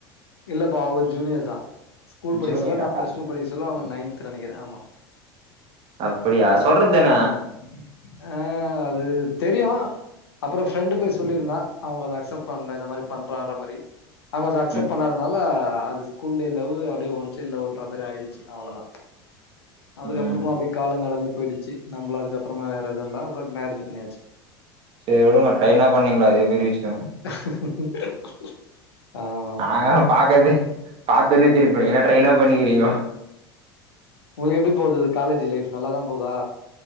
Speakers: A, on the left; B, on the right.
A: இல்லப்பா அவங்க ஜூனியர் தா ஸ்கூல் படிச்சல
B: ஜூனியரா
A: நான் பிளஸ் டூ படிக்கச்சல அவுங்க நைன்த் நெனைக்கிறே ஆமா
B: அப்பிடியா
A: ம்
B: சொல்றதான
A: ம் ஆ அது தெரியு அப்புறோ ஃப்ரெண்டு போய் சொல்லிருந்தா அவங்க அத அக்செப்ட் பண்ணல இந்த மாரி பண்றான்ற மாரி அவங்க அது அக்செப்
B: ம்
A: பண்ணாதுனால அது ஸ்கூல் டே லவ் அப்டியே ஒன் சைட்லன்ற மாரி ஆயிடிச்சி அவ்ளதா அதுக்கப்புறமா
B: ம்
A: அப்டியே காலோ கடந்து போயிடிச்சி நம்மள அதுக்கப்புறமா வேற எதுவு இல்ல அப்புறோ மேரேஜ் பண்ணியாச்சி
B: சேரிவுடுங்க ட்ரைனா பண்ணீங்கள அதே பெரிய விஷ்யோ
A: <unintelligible> ஆமா ஆமா
B: நாங்க
A: ஆமா
B: பாக்கதே பாத்தோனே திருப்பு ஏன்ன ட்ரெயனா பண்ணிக்கறீங்கோ
A: உங்களுக்கு எப்டி போது காலேஜ் லைஃப் நல்லாதா போதா